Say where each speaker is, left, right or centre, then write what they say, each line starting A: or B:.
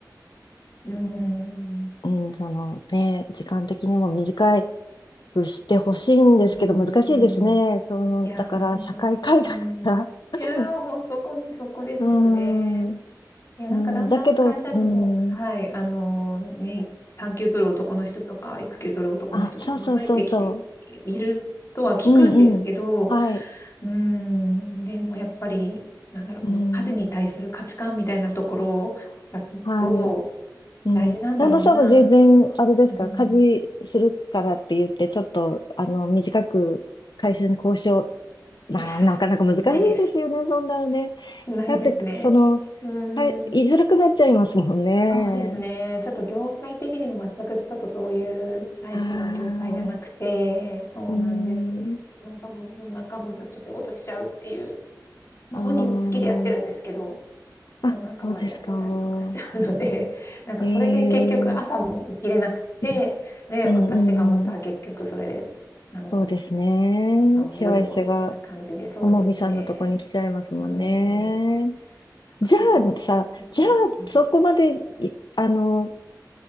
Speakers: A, on the left; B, on the left.
A: うん、
B: うん、そのね、時間的にも短くしてほしいんですけど、
A: うん、
B: 難しいですね。
A: うん。
B: その、
A: いやー、
B: だから社会改革が、
A: ほんとに、うん。いやー、
B: <laughs>
A: ほんそこそこですよね。
B: うーん、
A: いや、なんかだんだん会社でも、
B: うん、だけど、う
A: はい、
B: ん、
A: あの、ね、産休取る男の人とか、育休取る男の人とかも増えてきて
B: あ、そうそうそうそ
A: いるとは聞くんですけど、
B: う、うんうん、はい、
A: うーん、でもやっぱり、なんだろう、
B: うん、
A: この家事に対する価値観みたいなところがきっと
B: はい。うん。
A: 大事なんだろうなと。
B: 旦那さんは全然、あれですか、
A: うん。
B: 家事するからって言って、ちょっと、あの、短く会社に交渉、まあ、
A: いや、
B: なかなか難しいですよね、
A: ないです。
B: そんなのね。
A: ないですね。
B: だって、その、
A: うーん。
B: はい、言いづらくなっちゃいますもんね。
A: そうですね。ちょっと業界的にも全くちょっとそういうタイプの業界じゃなくて、
B: ああ、
A: そうなんです。
B: うん、
A: なんかもう夜中もずっと仕事しちゃうっていう、ま、
B: あー
A: 本人も好きでやってるんですけど、
B: あ、
A: 夜中までやってたりとかしちゃうので、
B: そうですか。
A: <laughs> なんかそれで結局朝も起きれなくて、
B: ええうん、
A: で、
B: うん、
A: 私がまた結局それで、
B: うんうん。
A: あの、
B: そうですね。
A: 朝もう夜もみたいな感じで、
B: しわ寄せが、
A: そうですね。
B: ともみさんのとこに来ちゃいますもんね。
A: うん、なんかそこの、
B: じゃあさ、
A: うん、
B: じゃあそこまでい、
A: はい。
B: あの、